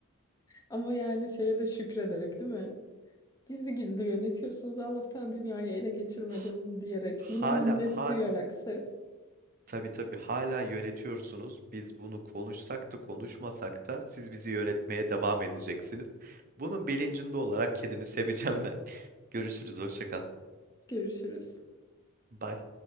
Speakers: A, on the left; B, on the right.
A: Ama yani şeye de şükrederek değil mi? Gizli gizli yönetiyorsunuz Allah'tan dünyayı ele geçirmediniz
B: H-
A: diyerek. Buna
B: Hala
A: minnet
B: hala
A: duyarak sev.
B: Tabii tabii hala yönetiyorsunuz. Biz bunu konuşsak da konuşmasak da siz bizi yönetmeye devam edeceksiniz. Bunun bilincinde olarak kedimi seveceğim ben. <laughs> Görüşürüz, hoşça kal.
A: Görüşürüz.
B: Bye.